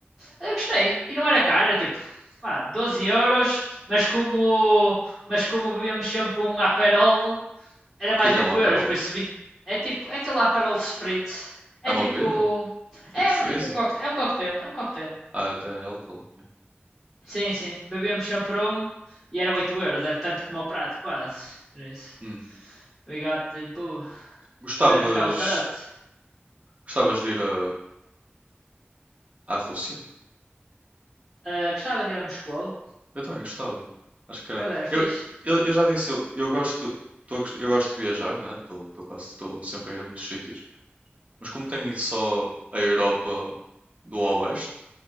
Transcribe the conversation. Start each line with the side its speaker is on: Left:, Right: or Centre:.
Centre: Eu gostei. E não era caro, era tipo, pá, 12 euros, mas como, mas como bebíamos sempre um Aperol, era mais
Right: que é que
Centre: 8
Right: é um Aperol?
Centre: euros, por isso 20. É tipo, é aquele Aperol Spritz. É
Right: É uma
Centre: tipo,
Right: bebida? Tipo
Centre: é
Right: freeze?
Centre: tipo um coquetel, é um coquetel, é um coquetel.
Right: Ah, até álcool.
Centre: Sim, sim. Bebíamos sempre um e era 8 euros, era tanto como o prato, quase. Era isso.
Right: Hum.
Centre: We got the boo.
Right: Gostavas...
Centre: Eh, ficava carote.
Right: Gostavas de ir a... à Rússia?
Centre: Eh, gostava de ir a Moscou,
Right: Eu também gostava. Acho que
Centre: por
Right: era...
Centre: acaso era
Right: Eu,
Centre: fixe.
Right: eu, eu já disse, eu, eu gosto... tô a gos- eu gosto de viajar, né? Estou quase... Estou sempre a ir a muitos sítios. Mas como tenho ido só à Europa do Oeste,